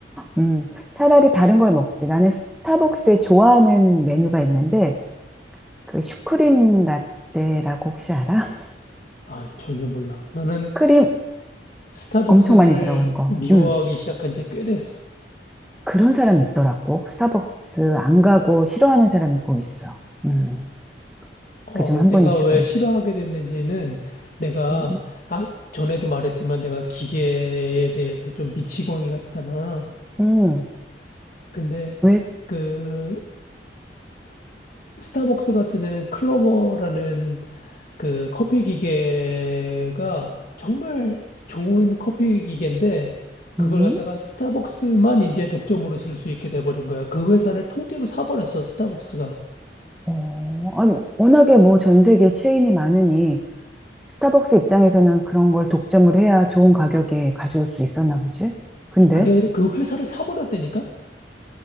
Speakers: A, in the centre; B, on the left.
A: 음, 차라리 다른 걸 먹지. 나는 스타벅스에 좋아하는 메뉴가 있는데, 그 슈크림 라떼라고 혹시 알아? <laughs>
B: 아, 전혀 몰라. 나는
A: 크림
B: 스타벅스를
A: 엄청 많이 들어간 거.
B: 미워하기
A: 음,
B: 시작한 지 꽤 됐어.
A: 그런 사람이 있더라고. 스타벅스 안 가고 싫어하는 사람이 꼭 있어. 음,
B: 어,
A: 그중 한
B: 내가
A: 분이시군.
B: 왜 싫어하게 됐는지는 내가,
A: 음,
B: 아, 전에도 말했지만 내가 기계에 대해서 좀 미치광이 같잖아.
A: 음,
B: 근데
A: 왜,
B: 그 스타벅스가 쓰는 클로버라는 그 커피 기계가 정말 좋은 커피 기계인데 그걸
A: 음?
B: 갖다가 스타벅스만 이제 독점으로 쓸 수 있게 돼버린 거야. 그 회사를 통째로 사버렸어, 스타벅스가.
A: 어, 아니, 워낙에 뭐 전 세계 체인이 많으니, 스타벅스 입장에서는 그런 걸 독점을 해야 좋은 가격에 가져올 수 있었나 보지? 근데,
B: 그게 아니라 그 회사를 사버렸다니까?